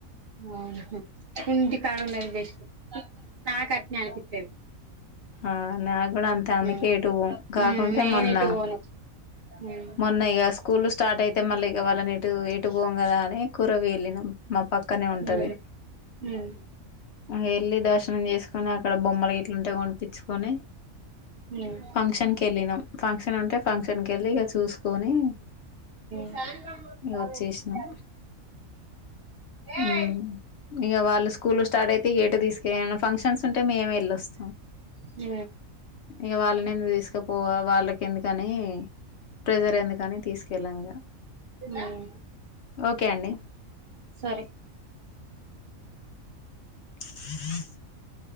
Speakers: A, on the right; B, on the left.
A: అవును ఇంటికాడ ఉన్నదే బెస్ట్ నాకట్నే అనిపిస్తది.
B: ఆహ్ నాకు కూడా అంతే అందుకే
A: ఉమ్
B: ఎటుపోం కాకుంటే
A: ఉమ్ నేను
B: మొన్న.
A: ఎటు పోను ఉమ్
B: మొన్న ఇగా సూ. స్కూల్ స్టార్ట్ అయితే మళ్ళా ఇగ వాళ్ళని ఎటు ఎటు పోం కదా అని కూరవ వెళ్ళినాం. మా పక్కనే ఉంటది.
A: ఉమ్ ఉమ్
B: ఆహ్ వెళ్ళి దర్శనం చేసుకొని అక్కడ బొమ్మలు గిట్లుంటే కొన్. యిచ్చుకొని
A: ఉమ్
B: ఫంక్షన్కి వెళ్ళినాం. ఫంక్షన్ ఉంటే ఫంక్షన్ కి వెళ్ళి ఇక చూసుకొని
A: సాయంత్రం పూట
B: ఇక
A: కాలేజీ
B: వచ్చేసినాం
A: రేయ్
B: ఉమ్ ఇక వాళ్ళు స్కూల్ స్టార్ట్ అయితే ఏటు తీసుకెనులేం ఫంక్షన్స్ ఉంటే మేమే వెళ్ళొస్తాం
A: ఉ
B: ఇక వాళ్ళని ఎందు తీసుకుపో వాళ్ళకి ఎందుకని ప్ర్రెజర్ ఎందుకు కానీ తీసుకెళ్ళాంగా
A: ఉమ్
B: ఓకే అండి
A: సరే
B: <inaudible>